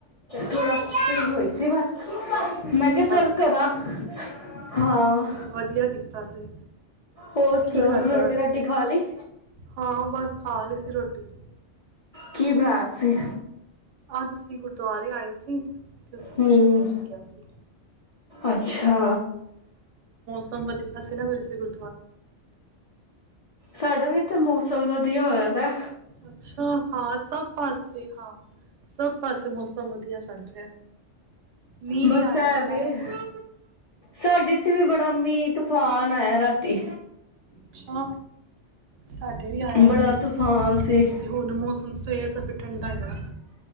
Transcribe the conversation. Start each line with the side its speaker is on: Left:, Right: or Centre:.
Left: ਥੋੜਾ
Right: ਅੱਛਾ
Left: ਫ੍ਰੀ
Right: ਅੱਛਾ,
Left: ਹੋਈ ਸੀ ਮੈਂ ਮੈਂ
Right: ਅੱਛਾ
Left: ਕਿਹਾ ਚੱਲ ਕਰਾਂ ਹਾਂ
Right: ਵਧੀਆ ਕੀਤਾ ਜੀ।
Left: ਹੋਰ ਸੁਣਾਓ,
Right: ਕੀ ਖਾਧਾ
Left: ਰੋਟੀ
Right: ਅੱਜ,
Left: ਰਾਟੀ ਖਾ ਲਈ
Right: ਹਾਂ ਬਸ ਖਾ ਲਈ ਸੀ ਰੋਟੀ।
Left: ਕੀ ਬਣਾਇਆ ਤੁਸੀਂ?
Right: ਅੱਜ ਅਸੀ ਗੁਰਦੁਆਰੇ ਆਏ ਸੀ। ਤੇ ਉੱਥੇ
Left: ਹੂੰ
Right: ਪ੍ਰਸ਼ਾਦਾ ਛਕਿਆ ਸੀ।
Left: ਅੱਛਾ।
Right: ਸਮ ਵਧੀਆ ਸੀ ਨਾ ਫਿਰ ਅਸੀ ਗੁਰ
Left: ਸਾਡੇ ਵੀ ਤੇ ਮੌਸਮ ਵਧੀਆ ਹੋਇਆ ਵਾ
Right: ਅੱਛਾ ਹਾਂ ਸਭ ਪਾਸੇ ਹਾਂ ਸਭ ਪਾਸੇ ਮੌਸਮ ਵਧੀਆ ਚੱਲ ਰਿਹਾ ਮੀਂਹ
Left: ਬਸ
Right: ਵੀ ਆਇਆ
Left: ਐ
Right: ਇੰਨਾ
Left: ਵੇ
Right: ਰਾਤੀ
Left: ਸਾਡੇ ਚ ਵੀ ਬੜਾ ਮੀਂਹ ਤੂਫਾਨ ਆਇਆ ਰਾਤੀ।
Right: ਅੱਛਾ। ਸਾਡੇ ਵੀ ਆਇਆ
Left: ਬੜਾ
Right: ਸੀ
Left: ਤੂਫਾਨ ਸੀ
Right: ਤੇ ਹੁਣ ਮੌਸਮ ਸਵੇਰ ਦਾ ਫਿਰ ਠੰਡਾ ਹੈਗਾ।